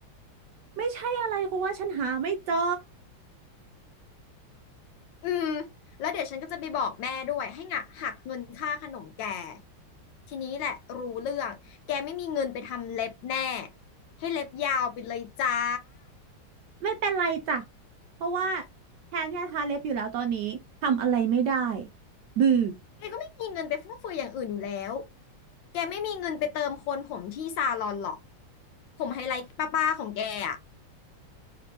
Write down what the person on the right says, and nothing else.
ไม่ใช่อะไรเพราะว่าฉันหาไม่เจอ
ไม่เป็นไรจ้ะเพราะว่าแทนยาทาเล็บอยู่แล้วตอนนี้ทำอะไรไม่ได้ดื้อ